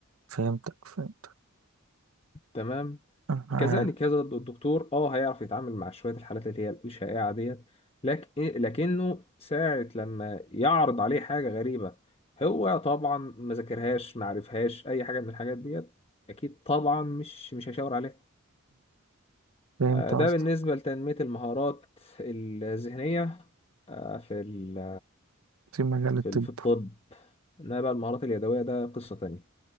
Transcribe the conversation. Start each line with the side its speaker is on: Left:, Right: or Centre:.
Right: فهمتك فهمتك
Left: تمام
Right: آه.
Left: كذلك هذا الدكتور اه هيعرف يتعامل مع شويه الحالات اللي هي مش شائعه ديت لكن لكنه ساعه لما يعرض عليه حاجه غريبه هو طبعا ما ذاكرهاش ما عرفهاش اي حاجه من الحاجات ديت اكيد طبعا مش مش هيشاور عليها
Right: فهمت
Left: آه، ده
Right: قصدك
Left: بالنسبه لتنميه المهارات الذهنيه آه، في ال-
Right: في مجال الطب
Left: في ال- في الطب انما بقى المهارات اليدويه ده قصه تانية